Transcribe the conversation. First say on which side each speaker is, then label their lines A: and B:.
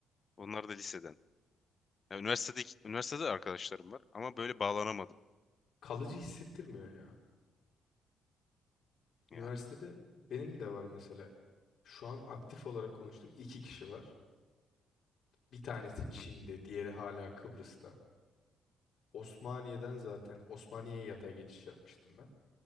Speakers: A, on the left; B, on the left.
A: Onlar da liseden. Ya üniversitede, üniversitede arkadaşlarım var ama böyle bağlanamadım
B: Kalıcı hissettirmiyor ya. Üniversitede
A: yani.
B: benim de var mesela. Şu an aktif olarak konuştuğum iki kişi var. Bir tanesi
A: Hı
B: Çin'de,
A: hı.
B: diğeri hala Kıbrıs'ta. Osmaniye'den zaten Osmaniye'ye yatay geçiş yapmıştım ben.